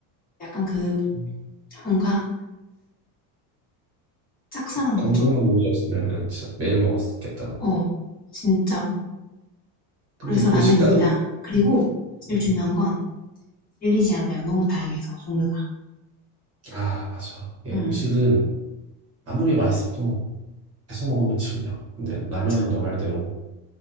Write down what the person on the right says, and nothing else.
음,
그 건강만
문제 없으면은 진짜 매일 먹었겠다, 너.
근데
그
식당,
음,
음.
음.
아, 맞아. 이게
음식은 아무리 맛있어도 계속 먹으면 질려. 근데 라면은
너 말대로